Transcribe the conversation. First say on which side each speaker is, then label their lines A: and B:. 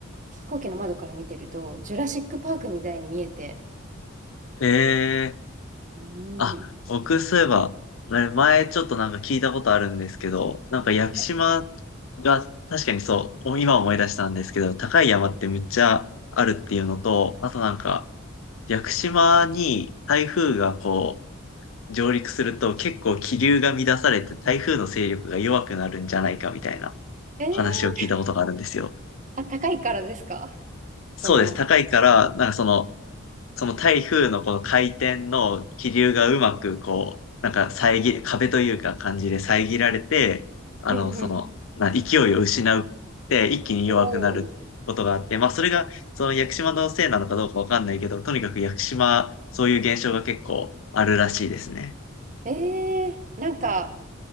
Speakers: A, on the right; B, on the left.
A: 飛行機の窓から見てると、ジュラシックパークみたいに見えて、
B: ええ
A: うん、
B: あ、僕そういえば、あれ前ちょっとなんか聞いたことあるんですけど、なんか屋久島
A: はい
B: が確かにそう、お今思い出したんですけど、高い山ってむっちゃあるっていうのと、あとなんか屋久島に台風がこう上陸すると結構気流が乱されて台風の勢力が弱くなるんじゃないかみたいな
A: えー、
B: 話を聞いたことがあるんですよ。
A: あ、高いからですか
B: そうです。
A: その、
B: 高いから、なんかそのその台風のこの回転の気流がうまくこう、
A: うん、
B: なんか遮り、壁というか感じで遮られて、あの、
A: うん、
B: その、
A: うん。
B: な勢いを失うって一気に弱くなることがあって、
A: おー
B: まあそれがその屋久島のせいなのかどうかわかんないけど、とにかく屋久島、そういう現象が結構あるらしいですね。
A: ええなんか、